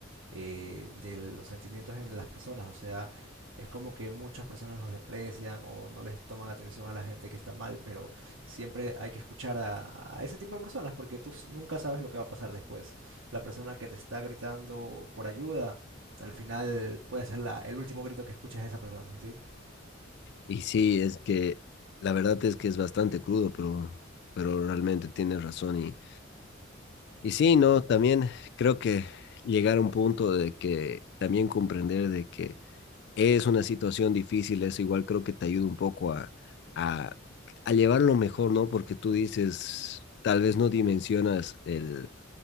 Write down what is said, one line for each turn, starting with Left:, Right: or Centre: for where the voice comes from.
Right: eh, de los sentimientos en las personas, o sea, es como que muchas personas los desprecian o no les toman atención a la gente que está mal, pero siempre hay que escuchar a, a ese tipo de personas porque tú s- nunca sabes lo que va a pasar después. La persona que te está gritando por ayuda, al final puede ser la- el último grito que escuches de esa persona, ¿sí?
Left: Y sí, es que la verdad es que es bastante crudo, pero, pero realmente tienes razón. Y, y sí, ¿no? También creo que llegar a un punto de que también comprender de que Es una situación difícil, eso igual creo que te ayuda un poco a, a, a llevarlo mejor, ¿no? Porque tú dices, tal vez no dimensionas el,